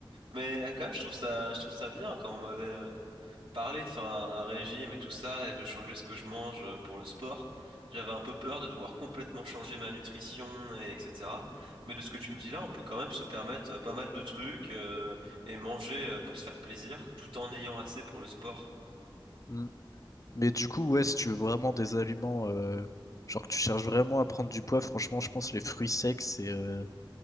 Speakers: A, on the right (about 70°); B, on the left (about 35°).
A: Mais euh, quand même, je trouve ça, je trouve ça bien quand on m'avait, euh, Parler de faire un, un régime et tout ça et de changer ce que je mange euh, pour le sport. J'avais un peu peur de devoir complètement changer ma nutrition et etc. Mais de ce que tu me dis là, on peut quand même se permettre euh, pas mal de trucs euh, et manger euh, pour se faire plaisir tout en ayant assez pour le sport.
B: Mm. Mais du coup, ouais, si tu veux vraiment des aliments, euh, genre que tu cherches vraiment à prendre du poids, franchement, je pense que les fruits secs, c'est euh,